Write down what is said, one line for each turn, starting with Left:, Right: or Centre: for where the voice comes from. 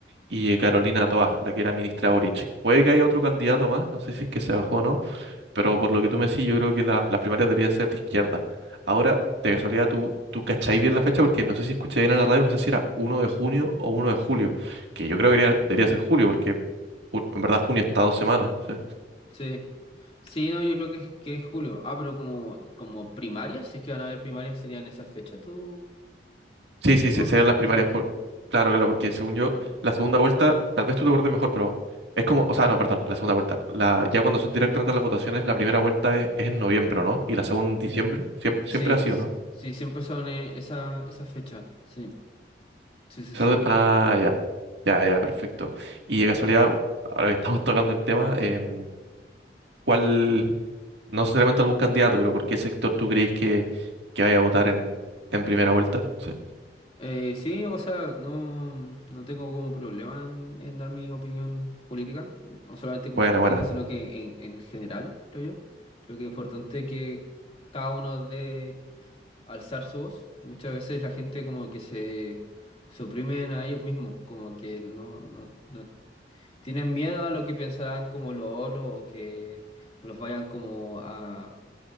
Right: y eh, Carolina Toa, la que era ministra Boric. Puede que haya otro candidato más, no sé si es que se bajó o no, pero por lo que tú me decís, yo creo que la, las primarias deberían ser de izquierda. Ahora, de casualidad, tú, tú cacháis bien la fecha porque no sé si escuché bien en la radio, no sé si era uno de junio o uno de julio, que yo creo que debería, debería ser julio porque ju- en verdad junio está dos semanas. ¿sí?
Left: Sí. Sí, no, yo creo que es, que es julio. Ah, pero como, como primarias, si es que van a haber primarias, serían esas fechas, ¿tú,
Right: Sí, sí,
Left: tú
Right: se-
Left: me preguntas?
Right: serían las primarias.
Left: Ah,
Right: por- Claro, claro, porque según yo,
Left: ajá.
Right: la segunda vuelta, tal vez tú te acuerdes mejor, pero es como, o sea, no, perdón, la segunda vuelta. La, ya cuando son directamente las votaciones, la primera vuelta es, es en noviembre, ¿o ¿no? Y la segunda en diciembre. Siempre,
Left: Sí,
Right: siempre ha sido,
Left: sí,
Right: ¿no?
Left: sí, siempre son eh, esa, esas fechas. Sí, sí, sí,
Right: Ese
Left: sí.
Right: orden- Ah, ya. Ya, ya, perfecto. Y de casualidad, ahora que estamos tocando el tema, em, ¿cuál, no necesariamente algún candidato, pero por qué sector tú crees que, que vaya a votar en, en primera vuelta? Sí.
Left: Eh, sí, o sea, no, no tengo como problema en, en dar mi opinión política, no solamente como
Right: Buena,
Left: contigo,
Right: buena.
Left: sino que en, en general, creo yo. Creo que es importante que cada uno dé alzar su voz. Muchas veces la gente como que se suprimen a ellos mismos, como que no, no, no tienen miedo a lo que pensarán como los otros o que los vayan como a,